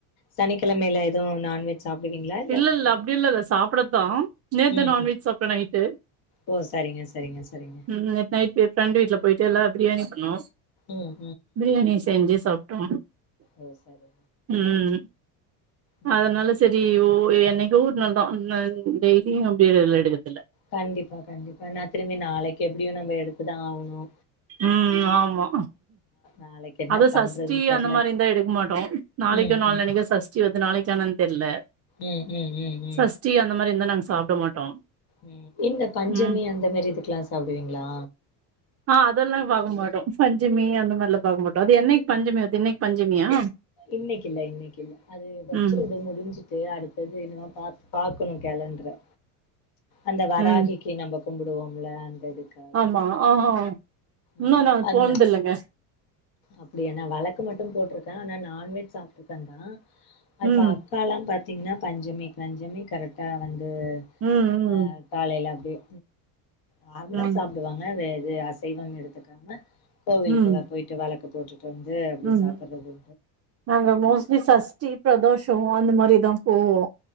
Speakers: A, on the left; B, on the right.
A: சனிக்கிழமைல எதுவு நான்வெ சாப்டுவீங்களா
B: இல்ல இல்ல அப்டிலா இல்ல சாப்பிடதா நேத்து
A: ம்
B: தா நான்வெஜ்
A: ம்
B: சாப்டோ நைட்டு
A: ஓ சரிங்க சரிங்க சரிங்க
B: ம் நைட்டு ப்ஃரெண்டு வீட்ல போயிட்டு எல்லாரு பிரியாணி பண்ணோ
A: ம்
B: பிரியாணி செஞ்சு சாப்டோ
A: ஒ சரி
B: ம்
A: ம்
B: அதனால சரி யோ என்னைக்கோ ஓர் நாள் தா ன்னா டெய்லியு அப்டிலா எடுக்றதுல்ல
A: கண்டிப்பா கண்டிப்பா நா திரும்பியு நாளைக்கு எப்டியு நம்ப எடுத்துதா ஆகணு
B: ம் ஆமா
A: நாளைக்கு என்ன
B: அது
A: பண்றதுன்னு
B: சஷ்டி
A: தெர்ல.
B: அந்த மாரி இருந்தா எடுக்க மாட்டோ நாளைக்கோ
A: ம்,
B: நாளான்னைக்கோ
A: ம்,
B: சஷ்டி வர்து நாளைக்கா என்னன் தெர்ல
A: ம் ம் ம் ம்
B: சஷ்டி அந்த மாரி இருந்தா நாங்க சாப்ட மாட்டோ
A: ம் இந்த பஞ்சமி
B: ம்
A: அந்த மாரி இதுக்லா சாப்டுவீங்ளா
B: ஆ அதெல்லா பாக்கமாட்டோ பஞ்சமி அந்த மாரிலா பாக்கமாட்டோ அது என்னைக்கு பஞ்சமி வர்து இன்னைக் பஞ்சமியா
A: இன்னைக்கி இல்ல இன்னைக்கில்ல அது வச்சுறது
B: ம்
A: முடிஞ்சு து அடுத்தது என்னவோ பாக்கணு கேலண்டர அந்த வராகி
B: ம்
A: கி நம்ப கும்பிடுவோம்ல அந்த இதுக்கு
B: ஆமா ஆகா இன்னு
A: ம்.
B: நா
A: அந்த
B: போன்து இல்லங்க
A: அப்டியா நா வெளக்கு மட்டு போட்ருக்கே ஆனா நான்வெஜ் சாப்டுருக்கே நா அ இப்ப
B: ம்
A: அ க்கா லா பாத்திங்னா பஞ்சமி பஞ்சமி கரெக்டா வந்து
B: ம் ம்
A: அ காலையில அப்டியே நார்மலா
B: ம்
A: சாப்டுவாங்க வெ இது அசைவம் எடுத்துக்காம கோவிலுக்கு
B: ம்
A: லா போயிட்டு வெளக்கு போட்டுட்டு வந்து அப்டி
B: ம்
A: சாப்பிட்றது
B: நாங்க மோஸ்ட்லி சஷ்டி பிரதோஷோ அந்த மாரிதா போவோ